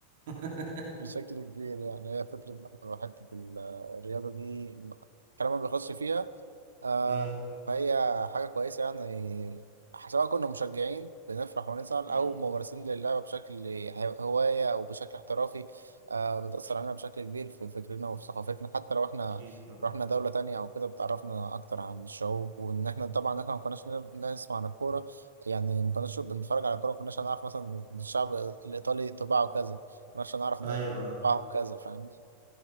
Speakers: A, on the right; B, on the right.
A: <laughs>
B: بشكل كبير يعني هي فكره برضه حته ال- آه، الرياضه دي الكلام ما بيخلصش فيها آه
A: اه
B: فهي حاجة كويسة يعني سواء كنا مشجعين بنفرح ونزعل
A: مم.
B: أو ممارسين للعبة بشكل هواية أو بشكل احترافي آه بتأثر علينا بشكل كبير في فكرنا وفي ثقافتنا حتى لو احنا
A: اكيد طبعا
B: رحنا دولة تانية أو كده بتعرفنا أكتر عن الشعوب وإن احنا طبعا احنا ما كناش نر- نسمع عن الكورة يعني ما كناش بنتفرج على الكورة ما كناش هنعرف مثلا إن الشعب الإيطالي طباعه كذا ما كناش هنعرف إن
A: ايوه
B: طباعه كذا فاهمني